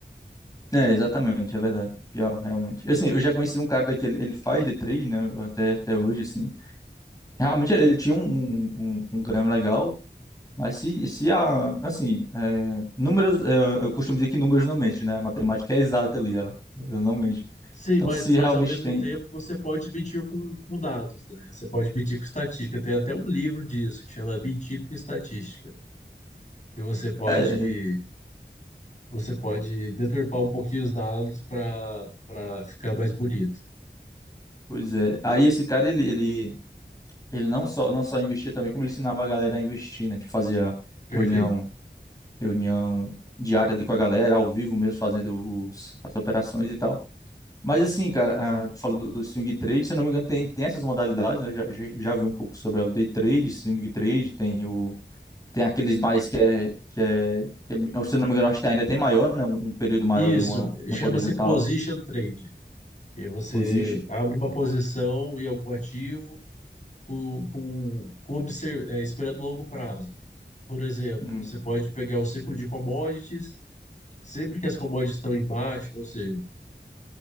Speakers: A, on the left; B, on the left.
A: É, exatamente, é verdade. Pior, realmente. Assim, eu já conheci um cara que ele, ele faz de trade, né? Até, até hoje, assim. Realmente ele, ele tinha um, um, um ganho legal, mas se, se a, assim, é, números, é, eu costumo dizer que números não mentem, né? A matemática é exata ali, ela, ela não mente.
B: Sim,
A: Então,
B: mas,
A: se
B: mas
A: realmente
B: ao mesmo
A: tem,
B: tempo você pode medir com, com dados, né? Você pode medir com estatística. Tem até um livro disso que chama Mentindo com Estatística, que você pode
A: é,
B: você pode deturpar um pouquinho os dados para para ficar mais bonito.
A: pois é. Aí esse cara, ele, ele, ele não só, não só investia também, como ele ensinava a galera a investir, né? Tipo, fazia
B: Perfeito.
A: reunião, reunião diária ali com a galera, ao vivo mesmo, fazendo os, as operações e tal. Mas assim, cara, ah, tu falou do, do swing trade, se eu não me engano, tem, tem essas modalidades, né? Eu já, já, já vi um pouco sobre o day trade, swing trade, tem o. Tem aqueles mais que é, que é, que é- se eu não me engano, acho que ainda tem maior, né? Um, um período maior
B: Isso
A: ali, uma tempo
B: chama-se
A: horizontal,
B: position trade. E você
A: position.
B: abre uma posição em algum ativo com, com, com obser- eh, esperando longo prazo. Por exemplo,
A: Uhum,
B: você pode pegar o ciclo de commodities sempre que as commodities estão em baixa, ou seja,